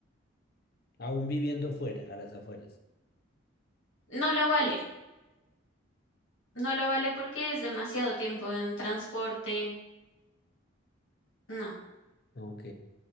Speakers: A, on the left (about 50°); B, on the left (about 80°).
A: Aún viviendo fuera, a las afueras.
B: No lo vale. No lo vale porque es demasiado tiempo en transporte. No.
A: Ok.